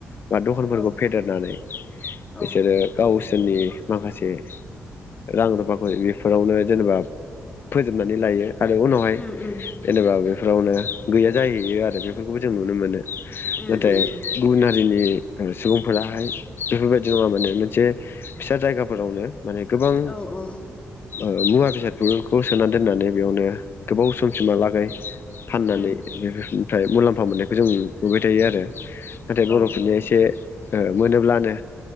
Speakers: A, on the left; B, on the left.
A: बा दखानफोरखौ
B: औ
A: फेदेरनानै
B: औ
A: बिसोरो गाव सोरनि माखासे रां रुफाखौ बेफोरावनो जेनेबा फोजोबनानै लायो। आरो उनावहाय
B: उम उम
A: जेनेबा बेफोरावनो गैया जाहैयो आरो बेफोरखौबो जों नुनो मोनो। नाथाय
B: उम उम
A: गुबुन हारिनि सुबुंफोराहाय बेफोरबायदि जोंहा माने मोनसे फिसा जायगाफोरावनो माने गोबां
B: औ औ
A: ओ मुवा बेसादफोरखौ सोनानै दोननानै बेयावनो गोबाव समसिमहालागै फाननानै
B: उम
A: बेफोरनिफ्राय मुलाम्फा मोननायखौ जों नुबाय थायो आरो। नाथाय बर'फोरनिया
B: औ
A: एसे ओ मोनोब्लानो